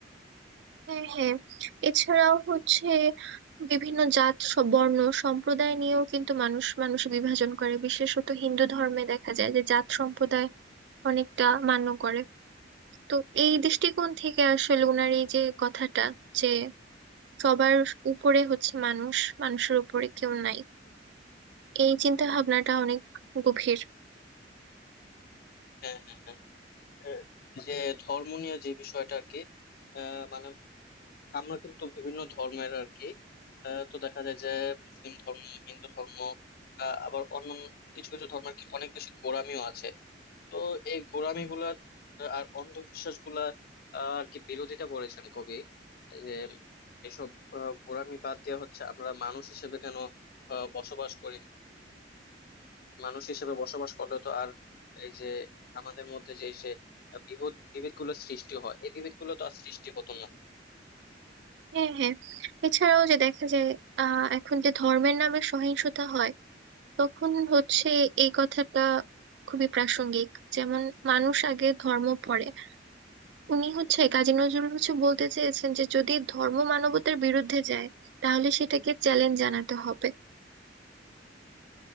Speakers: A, on the right; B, on the left.
A: হ্যাঁ হ্যাঁ এছাড়াও হচ্ছে বিভিন্ন জাত স- বর্ণ সম্প্রদায় নিয়েও কিন্তু মানুষ মানুষ বিভাজন করে বিশেষত হিন্দু ধর্মে দেখা যায় যে জাত সম্প্রদায় অনেকটা মান্য করে তো এই দৃষ্টিকোণ থেকে আসলে ওনার এই যে কথাটা যে সবার উপরে হচ্ছে মানুষ মানুষের উপরে কেউ নাই এই চিন্তা ভাবনাটা অনেক গভীর
B: হ্যাঁ হ্যাঁ হ্যাঁ। আহ, যে ধর্ম নিয়ে যে বিষয়টা আর কি আহ, মানে আমরা কিন্তু বিভিন্ন ধর্মের আর কি আহ, তো দেখা যায় যে মুসলিম ধর্ম হিন্দু ধর্ম আহ, আবার অন্যান্য কিছু কিছু ধর্মের কি অনেক বেশি গোঁড়ামিও আছে তো এই গোঁড়ামি গুলার আর অন্ধবিশ্বাস গুলা আর কি বিরোধিতা করেছেন কবি যে এসব আহ, গোঁড়ামি বাদ দেওয়া হচ্ছে আমরা মানুষ হিসেবে কেন আহ, বসবাস করি না, মানুষ হিসেবে বসবাস করলে তো আর এই যে আমাদের মধ্যে যে সে বিভেদ বিভেদ গুলো সৃষ্টি হয় এই বিভেদ গুলো তো আর সৃষ্টি হতো না
A: হ্যাঁ হ্যাঁ এছাড়াও যে দেখা যায় আহ এখন যে ধর্মের নামে সহিংসতা হয় তখন হচ্ছে এই কথাটা খুবই প্রাসঙ্গিক যেমন মানুষ আগে ধর্ম পড়ে উনি হচ্ছে কাজী নজরুল হচ্ছে বলতে চেয়েছেন যে যদি ধর্ম মানবতার বিরুদ্ধে যায় তাহলে সেটাকে চ্যালেঞ্জ জানাতে হবে